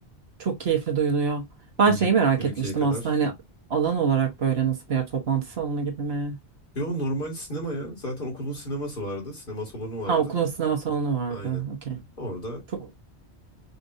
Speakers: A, on the right; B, on the left.
A: Çok keyifli duyuluyor. Ben
B: Gece
A: şeyi merak
B: 1-2'ye
A: etmiştim
B: kadar.
A: aslında hani alan olarak böyle nasıl bir yer toplantı salonu gibi mi?
B: Yo normal sinema ya. Zaten okulun sineması vardı. Sinema salonu vardı.
A: Ha okulun sinema salonu vardı.
B: Aynen.
A: Okey.
B: Orada
A: Çok